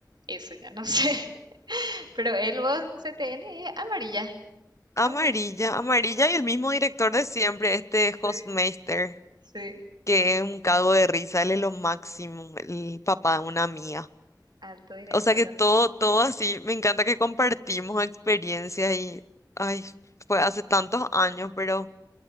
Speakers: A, on the right; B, on the left.
A: Eso ya no sé. <laughs> Pero él, vos, CTN, es amarilla.
B: Amarilla,
A: Amarilla.
B: amarilla y el mismo director de siempre, este
A: Sí,
B: Hofmeister,
A: sí.
B: que
A: El mi-
B: es un cago de risa, él es lo máximo, el papá de una amiga.
A: alto director
B: O sea que
A: de
B: todo,
A: arte.
B: todo así, me encanta que compartimos experiencias y, ay, fue hace tantos años, pero